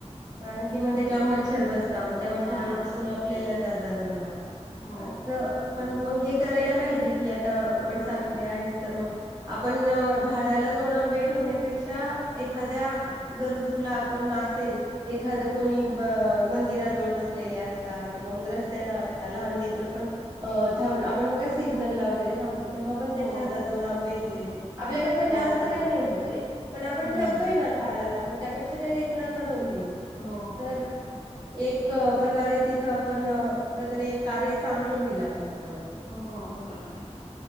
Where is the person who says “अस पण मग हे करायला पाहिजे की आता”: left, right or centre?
Right